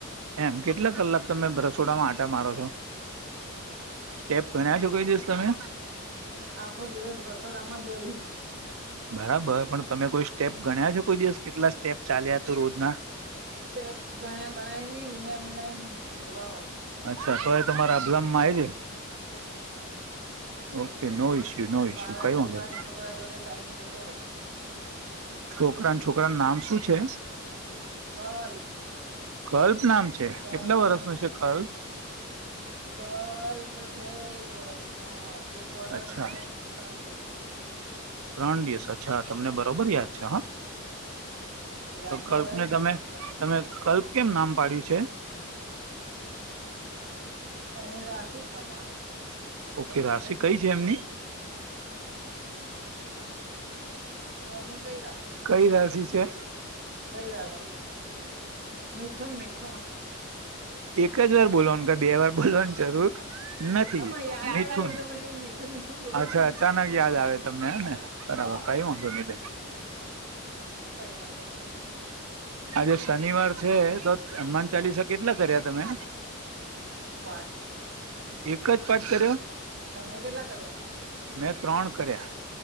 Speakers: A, on the right; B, on the right.
A: એમ કેટલા કલાક તમે બ રસોડામાં આટા મારો છો? સ્ટેપ ગણ્યા છો કોઈ દિવસ તમે
B: આ આખો દિવસ રસોડામાં જ હોઈ.
A: બરાબર પણ તમે કોઈ સ્ટેપ ગણ્યા છો કોઈ દિવસ કેટલા સ્ટેપ ચાલ્યા છો રોજના
B: તે ગણ્યા ગણાય ની, વિણ્યા વિણાય ની એવા હોય.
A: અચ્છા! તો એ તમારા
B: હા
A: અબલમમાં આઈછે, okay no issue. No issue
B: મારા
A: કઈ
B: છોકરાના
A: વાંધો નહી
B: છોકરા જોડે ટાઈમ જતો રે છે.
A: છોકરા ના છોકરાનું નામ શું છે
B: કલ
A: કલ્પ નામ છે,
B: કલ્પના
A: કેટલા વરસનો છે કલ્પ?
B: કલ્પ છે એક વરસ નો, એક વરસ
A: અચ્છા
B: ને ત્રણ દિવસ.
A: ત્રણ દિવસ અચ્છા તમને બરોબર યાદ છે હ
B: યાદ
A: તો કલ્પને
B: હોય જ
A: તમે
B: ને છોકરા
A: તમે કલ્પ કેમ નામ પાડ્યું છે?
B: એની રાશિ પ્રમાણે.
A: ઓકે રાશિ કઈ છે એમની?
B: કોને કઈ રાશિ
A: કઈ રાશિ છે
B: કઈ રાશિ મિથુન-મિથુન
A: એક જ વાર બોલવાનું. બે વાર બોલવાની જરૂર
B: મિથુન
A: નથી,
B: હા પણ યાદ
A: મિથુન
B: આવ્યું એટલે પછી મીઠું મીઠું બોલે
A: અચ્છા
B: છે
A: અચાનક યાદ આવે તમને હને બરાબર
B: તો
A: કઈ વાંધો ની બેન.
B: કઈ વાંધો ની હ.
A: આજે શનિવાર છે, તો હનુમાન ચાલીસા કેટલા કર્યા તમે?
B: આઠ.
A: એક જ પાઠ કર્યો
B: તમે કેટલા કર્યા?
A: મેં ત્રણ કર્યા,